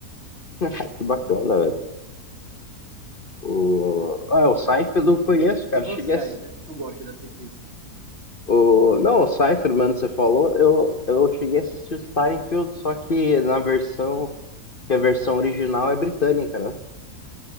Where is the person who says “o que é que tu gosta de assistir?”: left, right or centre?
Right